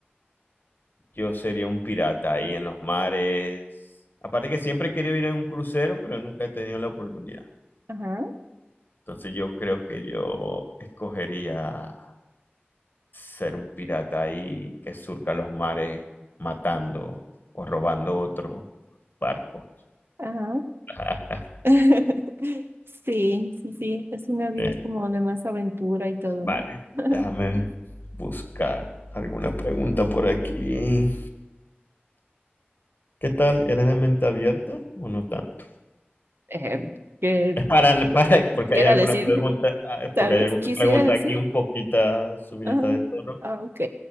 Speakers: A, on the left; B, on the right.
A: Yo sería un pirata ahí en los mares. Aparte que siempre he querido ir en un crucero, pero nunca he tenido la oportunidad.
B: Ajá,
A: Entonces yo creo que yo escogería ser un pirata ahí que surca los mares matando o robando otros barcos.
B: ajá.
A: <laughs>
B: <laughs> Sí, sí, sí, es una vida
A: Sí.
B: como de más aventura y todo,
A: Vale,
B: ¿no? <laughs>
A: déjame buscar alguna pregunta por aquí. ¿Qué tal? ¿Eres de mente abierta o no tanto?
B: eh, que,
A: Para, para,
B: que quisiera
A: porque hay alguna
B: decir,
A: pregunta,
B: <laughs>
A: ah,
B: tal
A: porque hay
B: vez
A: alguna
B: quisiera
A: pregunta
B: decir,
A: aquí un poquito subidita
B: ah,
A: de tono.
B: ah, ok,